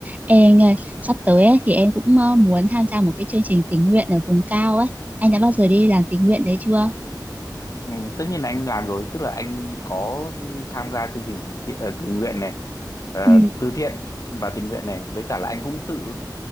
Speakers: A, on the right; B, on the left.
A: Ê anh ơi, sắp tới ấy, thì em cũng ờ, muốn tham gia một cái chương trình tình nguyện ở vùng cao ấy. Anh đã bao giờ đi làm tình nguyện đấy chưa?
B: Ừ, tất nhiên là anh làm rồi tức là anh có tham gia chương trình tình thiện, ờ, tình nguyện này ờ,
A: Ừ.
B: từ thiện và tình nguyện này với cả là anh cũng tự